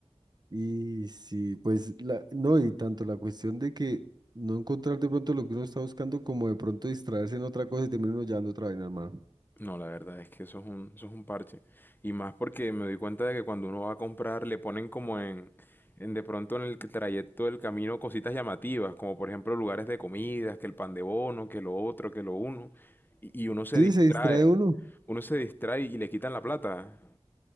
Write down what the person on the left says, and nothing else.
No, la verdad es que eso es un, eso es un parche. Y más porque me doy cuenta de que cuando uno va a comprar le ponen como en, en de pronto en el trayecto del camino cositas llamativas, como por ejemplo lugares de comidas, que el pan de bono, que lo otro, que lo uno. Y, y uno se
distrae,
uno se distrae y le quitan la plata.